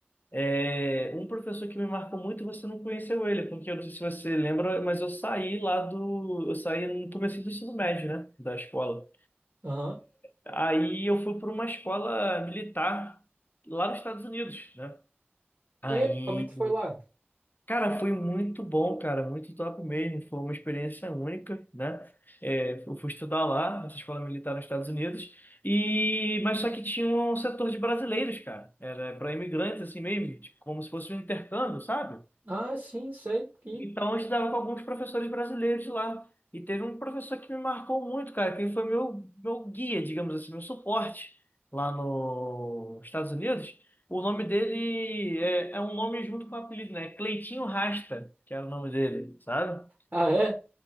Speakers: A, on the left (about 45°); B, on the right (about 50°).
A: É, um professor que me marcou muito, você não conheceu ele, porque eu não sei se você lembra, mas eu saí lá do. Eu saí no começo do ensino médio, né? Da escola.
B: Aham.
A: Aí eu fui para uma escola militar lá nos Estados Unidos, né? Aí,
B: E aí, como é que foi lá?
A: cara, foi muito bom, cara, muito top mesmo. Foi uma experiência única, né? É, eu fui estudar lá, nessa escola militar nos Estados Unidos, e mas só que tinha um setor de brasileiros, cara. Era para imigrantes, assim mesmo, tipo, como se fosse um intercâmbio, sabe?
B: Ah, sim, sei. Ih.
A: Então, eu estudava com alguns professores brasileiros lá. E teve um professor que me marcou muito, cara, que ele foi meu, meu guia, digamos assim, meu suporte lá nos Estados Unidos. O nome dele é, é um nome junto com o apelido, né? Cleitinho Rasta, que era o nome dele, sabe?
B: Ah, é?